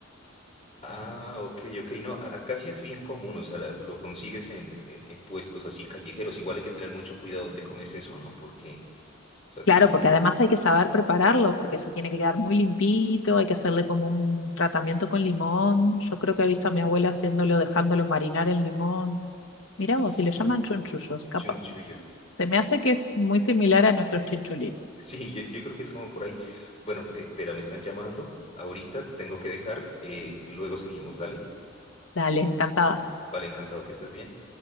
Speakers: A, on the left; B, on the left.
A: Ah, ok, ok. No, a- acá sí es bien común. O sea, la- lo consigues en, en, en puestos así callejeros. Igual hay que tener mucho cuidado donde comes eso, ¿no? Porque, o sea,
B: Claro,
A: tiene... <laughs>
B: porque además hay que saber prepararlo, porque eso tiene que quedar muy limpito, hay que hacerle como un tratamiento con limón. Yo creo que he visto a mi abuela haciéndolo, dejándolo marinar en limón. Mirá
A: Sí,
B: vos, si le llaman chunchullos, capaz.
A: chunchullo.
B: Se me hace que es muy similar a nuestros chinchulines.
A: Sí, yo, yo creo que es como por ahí. Bueno, ve- espera, me están llamando. Ahorita te tengo que dejar. eh, luego seguimos, dale.
B: Dale, encantada.
A: Vale, encantado que estés bien.